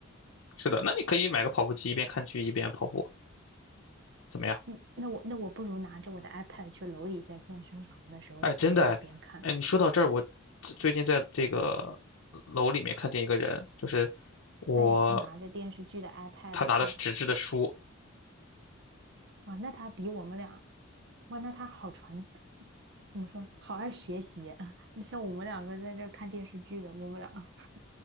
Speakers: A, on the left (about 70°); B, on the right (about 60°).
A: 是的，那你可以买个跑步机，一边看剧一边跑步，怎么样？
B: 嗯，那我那我不如拿着我的 iPad 去楼底下健身房的时候边走边看。
A: 哎，真的哎，哎你说到这儿，我最最近在这个楼里面看见一个人，就是我，
B: 他也是拿着电视剧的 iPad，
A: 他拿的是纸质的书，
B: 然后哇，那他比我们俩，哇，那他好传，怎么说，好爱学习啊！<laughs> 那像我们两个在这儿看电视剧的，我们俩 <laughs>